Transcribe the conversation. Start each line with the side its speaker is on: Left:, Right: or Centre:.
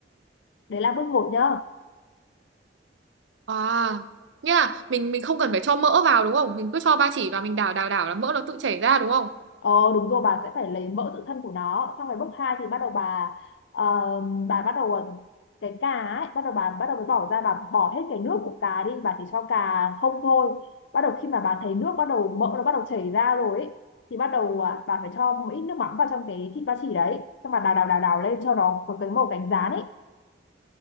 Left: đấy là bước một nhá
Right: À, nghĩa là mình mình không cần phải cho mỡ vào đúng không? Mình cứ cho ba chỉ và mình đảo đảo đảo là mỡ nó tự chảy ra đúng không?
Left: Ờ đúng rồi bà sẽ phải lấy mẫu tự thân của nó xong rồi bước 2 thì bắt đầu bà ờ, bà bắt đầu ờ, cái cà ấy bắt đầu bà bắt đầu mới bỏ ra bà bỏ hết cái nước của cà đi bà chỉ cho cà không thôi bắt đầu khi mà bà thấy nước bắt đầu mỡ nó bắt đầu chảy ra rồi ấy, thì bắt đầu à, bà phải cho một ít nước mắm vào trong cái thịt ba chỉ đấy xong bà đào đào đào đào lên cho nó có cái màu cánh gián ấy